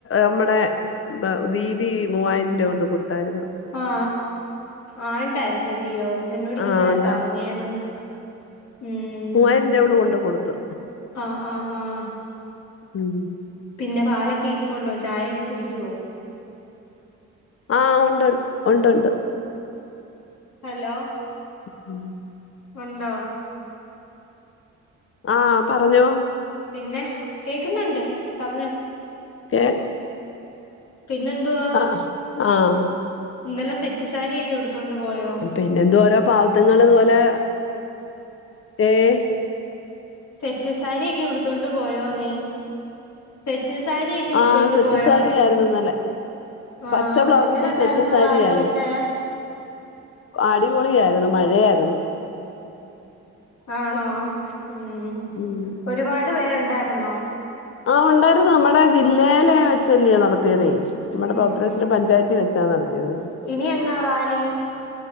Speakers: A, on the left; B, on the left.
A: നമ്മടെ ദീതി മൂവായിരം രൂപ കൊണ്ട് കൊടുത്തായിരുന്നു
B: ആ ആ ആണ്ടായ്ര്ന്നല്യ യോ, എന്നോടിങ്ങിനെ
A: ആ ഉണ്ടായിരുന്നു
B: പറഞ്ഞാര്ന്ന്. മ്.
A: മൂവായിരം രൂപ അവള് കൊണ്ടെ കൊടുത്തു
B: ആഹ് ആഹ് ആഹ്
A: ഉം
B: പിന്നെ പാലൊക്കെ ഇരിപ്പുണ്ടോ ചായയൊക്കെ കുടിക്കുവോ
A: ആഹ് ഉണ്ട് ഉണ്ടുണ്ട്.
B: ഹലോ.
A: <inaudible>
B: ഉണ്ടോ?
A: ആ പറഞ്ഞോ.
B: പിന്നെ? കേക്ക് ന്ന്ണ്ട് പർഞ്ഞോ.
A: കേക്
B: പിന്നെന്തുവാ?
A: അ ആ ആഹ്
B: ഇന്നലെ സെറ്റ് സാരിയൊക്കെ ഉട്ത്തോണ്ട് പോയോ?
A: പിന്നെന്തുവാ ഓരോ പാവത്ത്ങ്ങള് ത് ഓലെ ഏഹ്
B: സെറ്റ്സാരിയൊക്കെ ഉട്ത്തോണ്ട് പോയോ നീ. സെറ്റ് സാരിയൊക്കെ ഉടുത്തോണ്ട്
A: ആ സെറ്റ്സാരിയാര്ന്ന്
B: പോയോന്ന്
A: ന്നലെ.
B: ആഹ്
A: പച്ച ബ്ലൗസു
B: എങ്ങനെ ഉണ്ടായിരുന്നു
A: സെറ്റ് സാരിയാര്ന്ന്.
B: റാലിയൊക്കെ
A: അടിപൊളിയാര്ന്നു മഴയാര്ന്ന്.
B: ആണോ ഉം
A: ഉം
B: ഒരുപാട് പേരുണ്ടാര്ന്നൊ?
A: ആ ഉണ്ടാര്ന്നു നമ്മടെ ജില്ലേലെ വെച്ചല്ലയൊ നടത്ത്യേതെ, നമ്മടെ
B: ഉം
A: പൗത്രേസരം പഞ്ചായത്തി വെച്. ച്ചാ നടത്ത്യേത്.
B: ഇനി എന്നാ റാലി?